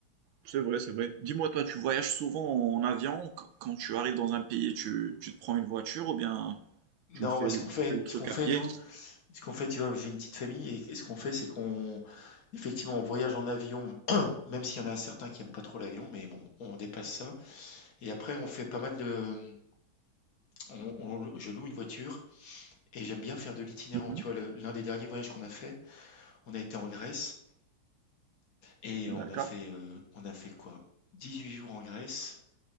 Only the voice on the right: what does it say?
c'est vrai, c'est vrai. Dis-moi, toi, tu voyages souvent en avion? Qu- Quand tu arrives dans un pays, tu, tu te prends une voiture ou bien
Tu fais
le,
tu fais le truc
à pied.
Mhm.
D'accord.